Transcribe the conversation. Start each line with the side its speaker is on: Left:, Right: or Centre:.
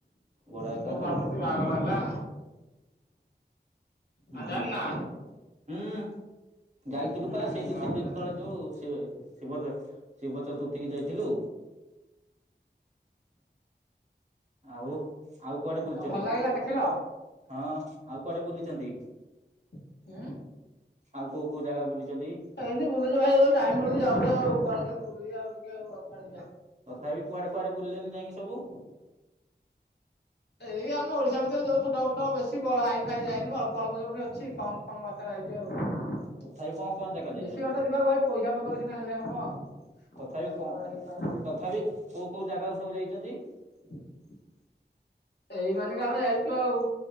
Right: ବଡ
Left: ଶିବ
Right: ଆକାରରେ।
Left: ପାର୍ବତୀ ବାହାଘର ହେଲା।
Right: ହୁଁ
Left: ଆ ଜାଣିନା
Right: ହୁଁ ଯାଇଥିଲୁ
Left: ହୁଁ
Right: ପା ସେଇ ଦି
Left: ବାହାଘର
Right: ତିନି ଦିନ
Left: ହେଲାଣି
Right: ତଳେ ଯୋଉ
Left: ଆଉ
Right: ଶିବ ଶିବ ଚତୁର୍ଥୀି ଶିବ ଚତୁର୍ଥୀ କୁ ଯାଇଥିଲୁ। ଆଉ ଆଉ କୁଆଡେ ବୁଲିଛନ୍ତି।
Left: ଓହୋ ଭଲ ଲାଗିଲା ଦେଖିଲ
Right: ହଁ ଆଉ କୁଆଡେ ବୁଲିଚନ୍ତି
Left: ଉଁ
Right: ଆଉ କୋଉ କୋଉ ଜାଗା ବୁଲିଚନ୍ତି।
Left: ଏମିତି ବୁଲୁଚୁ ଭାଇ ଆଉ ଟାଇମ୍ ମିଳୁଛି ଯାଉ ଆଉ କୁଆଡେ ଯିବୁ ଆଉିକେଉ କୁଆେ ଯିବା।
Right: ତଥାପି କୁଆଡେ କୁଆଡେ ବୁଲିଲେନି ଯାଇକି ସବୁ।
Left: ଏଇ ଆମ ଓଡିଶା ଭିତରେ ଯୋଉ ଛୋଟ ବଟ ବେଶୀ ଭ ହାଇ ଫାଇ ଯାଇନୁ ଅଳ୍ପ ଅଳ୍ପ ଯୋଉଠି ଅଛି କମ କମ ବା ଆ ଯାଇଛି ଆଉ
Right: ତଥାପି କଣ କଣ ଜାଗା ଯାଇଛନ୍ତି?
Left: ବେଶୀ ବାଟ ଯିବାକୁ ଭାଇ ପଇସା ପତର ସିନା ହେଲେ ହବ
Right: ତଥାପି
Left: ପଇସା ପତ୍ର
Right: କଣ
Left: ହେଇପାରୁନି ଆଉ।
Right: ତଥାପି କୋଉ କୋଉ ଜାଗାକୁ ସବୁ ଯାଇଛନ୍ତି
Left: <inaudible> ଏଇ ମାନେ କି ଆମେ ଯାଇଛୁ ଆଉ